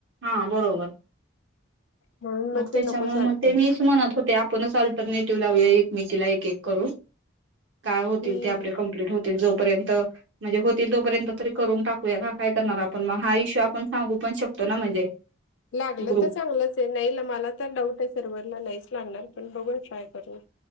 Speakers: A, on the right (about 65°); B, on the left (about 65°).
A: हां बरोबर
B: म्हणून
A: मंग
B: मग ते
A: त्यांच्यामुळे
B: नकोच वाटतंय
A: मंग ते मीच म्हणतं होते आप आपणंच ऑल्टरनेटिव्ह लावूंया एकमेकींना एक एक करूंन कायं होतीलं
B: हम्म
A: ते आपले कमप्लीट हो ते जोपर्यंत माझे होतील तोपर्यंत तरी करूंन टाकूंया कां कायं करणारं आपणं मंग हा इशू आपणं सांगू पणं शकतो नां म्हणजे
B: लागलं
A: ग्रुप
B: तरं चांगलंच आहे नाहीं मलां तर डाऊंट आहे सर्वांना नाहींच लागणारं पणं बघू ट्राय करूंन